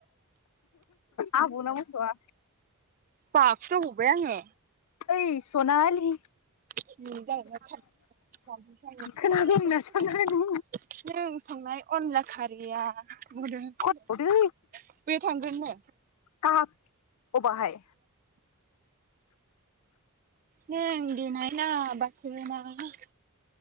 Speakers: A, on the left; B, on the right.
A: आबौ ना मोसौआ।
B: बाखुदावबावबाय आङो।
A: ओइ सनालि।
B: <unintelligible>
A: खोनादोंना सनालि
B: नों संनाय अनला खारैया <unintelligible>
A: खनबावदो
B: बैयाव थांगोरनो।
A: गाब अबाहाय
B: नों देनाय ना बा <unintelligible>